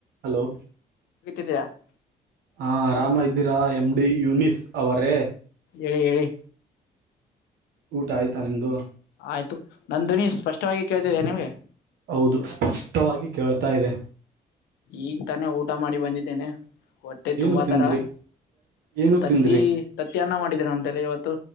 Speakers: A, on the right; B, on the left.
A: ಹಲೋ
B: <unintelligible>
A: ಹಾ ಆರಾಮ ಇದ್ದೀರಾ ಎಮ್ ಡಿ ಯೂನಿಸ್ ಅವರೇ
B: ಎ ಎ
A: ಊಟ ಆಯ್ತಾ ನಿಮ್ದು
B: ಆಯ್ತು ನನ್ ಧ್ವನಿ ಸ್ಪಷ್ಟವಾಗಿ ಕೇಳ್ತಾ ಇದೆಯಾ ನಿಮ್ಗೆ
A: ಹೌದು ಸ್ಪಷ್ಟವಾಗಿ ಕೇಳ್ತಾ ಇದೆ
B: ಈಗ ತಾನೇ ಊಟ ಮಾಡಿ ಬಂದಿದ್ದೇನೆ ಹೊಟ್ಟೆ
A: ಏನು
B: ತುಂಬಾ
A: ತಿಂದ್ರಿ
B: ತರ
A: ಏನು
B: ತತ್ತಿ
A: ತಿಂದ್ರಿ
B: ತತ್ತಿ ಅನ್ನ ಮಾಡಿದರ ಅಂತೇಳಿ ಇವತ್ತು